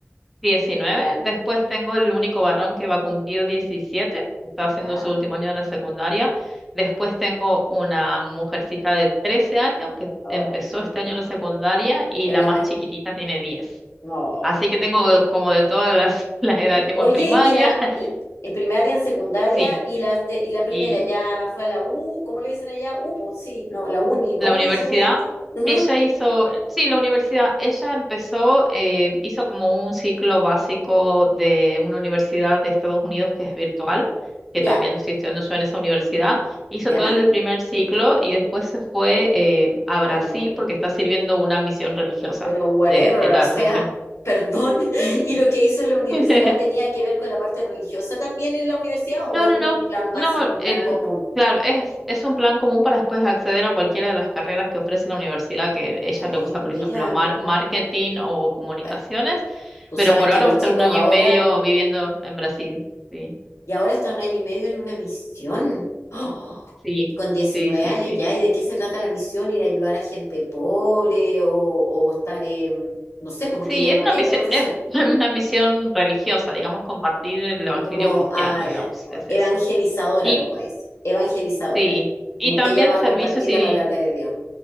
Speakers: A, in the centre; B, on the left.
A: diecinueve. después tengo el único varón que va a cumplir 17, está haciendo
B: Ya.
A: su último año de la secundaria, después tengo una mujercita de 13 años que
B: Ay,
A: empezó
B: Dios
A: este
B: mío.
A: año la secundaria y
B: Es
A: la
B: la
A: más
B: mejor.
A: chiquitita tiene 10.
B: No.
A: Así que tengo como de todas las, <laughs> las edades, tengo
B: Oye,
A: en primaria,
B: y la
A: <laughs>
B: y- en primaria, en secundaria,
A: sí,
B: y la, y la primera
A: y
B: ya fue a la U, ¿cómo le dicen allá? U, pues sí, no, la uni,
A: Ujú.
B: ¿cómo
A: La universidad,
B: le dicen allá? Ujú,
A: ella hizo, sí, la universidad, ella empezó, eh, hizo como un ciclo básico de una universidad de Estados Unidos que es virtual,
B: Ya,
A: que también estoy estudiando yo en esa universidad, hizo
B: ya.
A: todo el primer ciclo y después se fue eh, a
B: Ay,
A: Brasil
B: no.
A: porque está sirviendo una misión religiosa
B: Pero whatever,
A: de, de la
B: o sea,
A: religión.
B: perdón. <laughs>
A: Ujú.
B: ¿Y lo que hizo en la universidad
A: <laughs>
B: tenía que ver con la parte religiosa también en la universidad o
A: No,
B: es
A: no,
B: como
A: no,
B: un plan básico,
A: no,
B: un plan
A: el,
B: común?
A: claro, es, es un plan común para después acceder a cualquiera de las carreras que ofrece la universidad, que ella
B: Ay,
A: le gusta,
B: mira,
A: por ejemplo, mar- marketing o comunicaciones,
B: bueno, tú
A: pero
B: sabes
A: por
B: que
A: ahora
B: los
A: va a estar
B: chicos
A: un año
B: ahora,
A: y medio viviendo en Brasil. Sí,
B: y ahora están un año y medio en una misión. <gasps> ¡Oh!
A: sí,
B: Y con diecinueve
A: sí, sí,
B: años
A: sí.
B: ya, ¿y de qué se trata la misión? ¿Ir a ayudar a gente pobre o, o estar, en- no sé, porque
A: Sí,
B: ella
A: es
B: no
A: una
B: tiene
A: misión,
B: profesión.
A: es <laughs> una misión religiosa, digamos, compartir el evangelio
B: como,
A: cristiano,
B: ah,
A: digamos,
B: ya,
A: es
B: evangelizadora,
A: eso. Y
B: como dice, evangelizadora,
A: sí, y
B: como
A: también
B: que ella va a
A: servicios
B: compartir la
A: y
B: palabra de Dios,